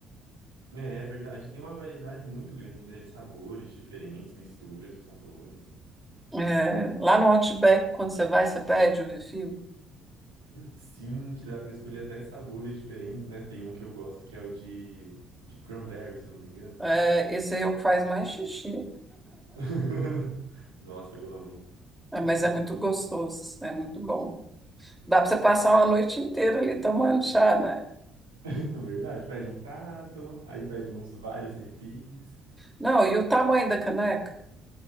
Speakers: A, on the right; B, in the centre.
A: É, é verdade. Tem uma variedade muito grande, né? De sabores diferentes, misturas de sabores.
B: É, Lá no Outback, quando você vai, você pede o refil.
A: Sim, que dá pra escolher até sabores diferentes, né? Tem um que eu gosto que é o de, de cranberry, se eu não me engano.
B: É, esse aí é o que faz mais xixi.
A: <laughs> Nossa, eu amo.
B: É,
A: Muito
B: mas é muito
A: bom.
B: gostoso, é muito bom. Dá para você passar uma noite inteira ali tomando chá, né?
A: <laughs> Verdade. Pede um prato, aí pede uns vários refis.
B: Não, e o tamanho da caneca?